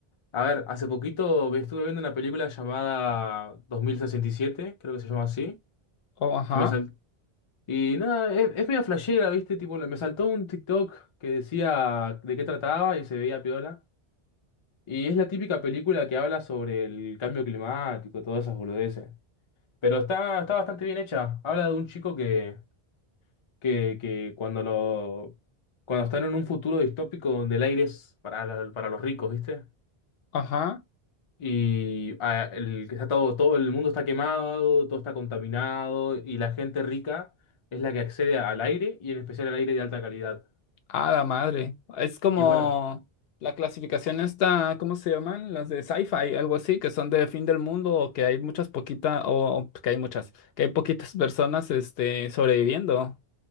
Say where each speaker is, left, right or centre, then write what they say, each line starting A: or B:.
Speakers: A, on the left (about 45°); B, on the left (about 70°).
A: a ver, hace poquito estuve viendo una película llamada Dos mil sesenta y siete, creo que se llama así,
B: Oh, ajá,
A: que me sal- Y nada, es, es medio flashera, ¿viste? Tipo, me saltó un TikTok que decía de qué trataba y se veía piola. Y es la típica película que habla sobre el cambio climático, todas esas boludeces. Pero está, está bastante bien hecha. Habla de un chico que, que, que cuando lo, cuando están en un futuro distópico donde el aire es para, la- para los ricos, ¿viste?
B: ajá.
A: Y ah, el que está todo, todo el mundo está quemado, todo está contaminado, y la gente rica es la que accede al aire, y en especial al aire de alta calidad.
B: Ah, la madre. Es como
A: Y bueno,
B: la clasificación esta, ¿cómo se llaman? Las de sci-fi, algo así, que son de fin del mundo o que hay muchas poquitas, o, o que hay muchas, que hay poquitas personas este, sobreviviendo.